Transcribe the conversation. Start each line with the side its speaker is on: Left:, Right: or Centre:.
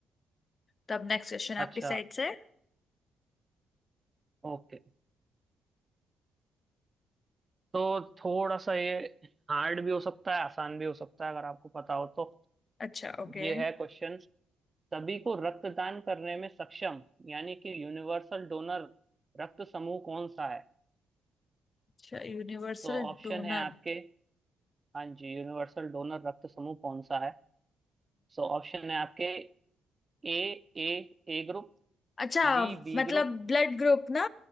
Left: तो अब नेक्स्ट क्वेश्चन आपकी
Right: अच्छा
Left: साइड से
Right: ओके तो थोड़ा सा ये हार्ड भी हो सकता है आसान भी हो सकता है अगर आपको पता हो तो
Left: अच्छा ओके
Right: ये है क्वेश्चन सभी को रक्तदान करने में सक्षम यानी कि यूनिवर्सल डोनर रक्त समूह कौन सा है
Left: अच्छा यूनिवर्सल
Right: तो ऑप्शन
Left: डोनर
Right: है आपके हाँ जी यूनिवर्सल डोनर रक्त समूह कौन सा है सो ऑप्शन है आपके A A A group
Left: अच्छा
Right: B B
Left: मतलब
Right: group
Left: ब्लड ग्रुप ना